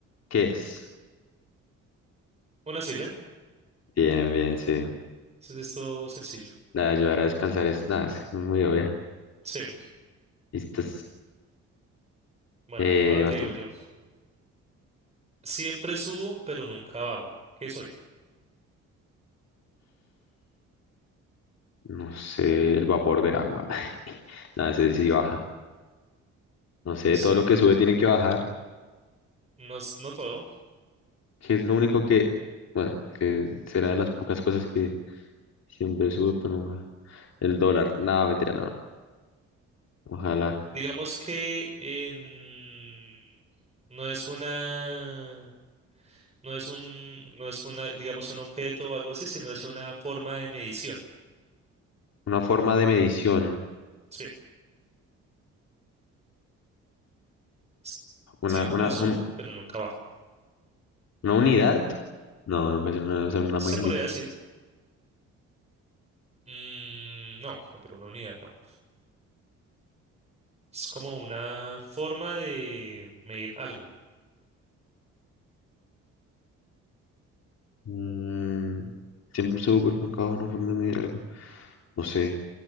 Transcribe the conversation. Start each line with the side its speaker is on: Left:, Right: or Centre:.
Left: ¿Qué es?
Right: Una silla.
Left: Bien, bien, sí.
Right: es esto sencillo.
Left: La de ayudar a descansar es nada, es muy obvia.
Right: Sí.
Left: Listo.
Right: Bueno,
Left: Eh,
Right: ahora
Left: vas
Right: te digo
Left: tú.
Right: yo. Siempre subo, pero nunca bajo. ¿Qué soy?
Left: No sé, el vapor de agua. <laughs> Nada, se dice baja. No sé,
Right: Sí.
Left: todo lo que sube tiene que bajar,
Right: No, es- no todo.
Left: que es lo único que, bueno, que será de las pocas cosas que Siempre sube, pero nunca. El dólar. Nada, mentira, no. Ojalá.
Right: Digamos que en- no es una, no es un, no es una, digamos, un objeto o algo así, sino es una forma de medición.
Left: Una forma de medición.
Right: Sí. S- Siempre
Left: Una, una,
Right: subo,
Left: un-
Right: pero nunca bajo.
Left: una unidad. No, no puede ser una, o sea, una
Right: Se
Left: magnitud.
Right: podría decir. Mm, no, no, pero una unidad no. Es como una forma de medir algo.
Left: Mm, siempre sube, pero nunca baja una forma de medir algo. No sé.